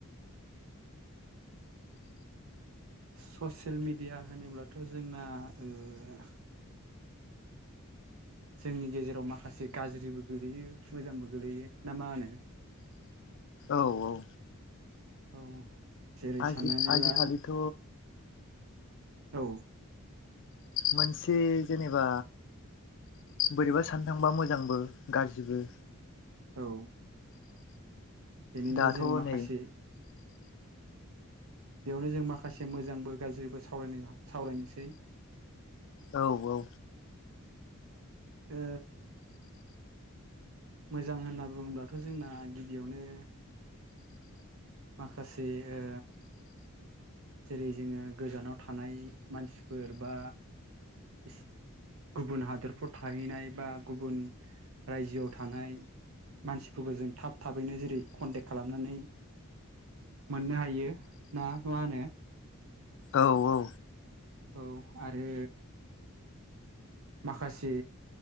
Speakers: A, on the right; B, on the left.
A: ससियेल मिडिया होनोब्लाथ' जोंना ओ जोंनि गेजेराव माखासे गाज्रिबो गोलैयो मोजांबो गोलैयो ना मा होनो
B: औ औ
A: औ जेरै
B: आजि
A: साननानै
B: आजि
A: ला
B: खालिथ'
A: औ
B: मोनसे जेनेबा बोरैबा साननो थांङोबा मोजांबो गाज्रिबो
A: औ बेनिनो
B: दाथ'
A: जों माखासे
B: नै
A: बेयावनो जों माखासे मोजांबो गाज्रिबो सावरायनो सावरायनोसै
B: औ औ
A: ओ मोजां होनना बुङोबथ' जोंना गिबियावनो माखासे ओ जेरै जोङो गोजानाव थानाय मानसिफोर बा इस गुबुन हादरफ्राव थाहैनाय बा गुबुन रायजोआव थानाय मानसिफोरखौ जों थाब थाबैनो जेरै कन्टेक खालामनानै मोननो हायो ना मा होनो
B: औ औ
A: औ आरो माखासे